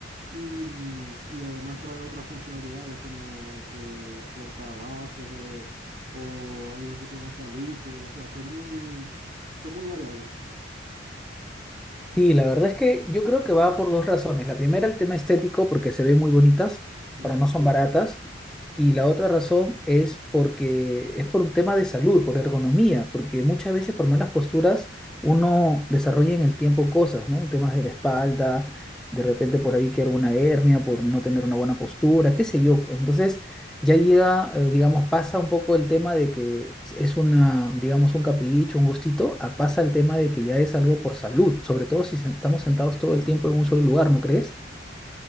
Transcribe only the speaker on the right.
Y, mm, y además trae otras funcionalidades como este portavasos o, o algunas que tienen hasta luces, o sea, son muy, son muy variables.
Sí,